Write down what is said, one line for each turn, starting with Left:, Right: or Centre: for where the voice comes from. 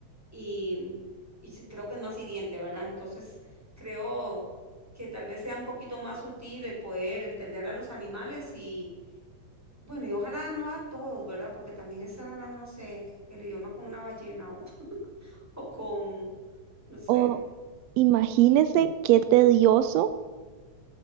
Centre: y, y sí creo que es más hiriente, ¿verdad? Entonces creo que tal vez sea un poquito más sutil el poder entender a los animales y bueno, y ojalá no a todos, ¿verdad? Porque también estar hablando, no sé, el idioma con una ballena o, <laughs> o con, no sé,
Right: O imagínese qué tedioso,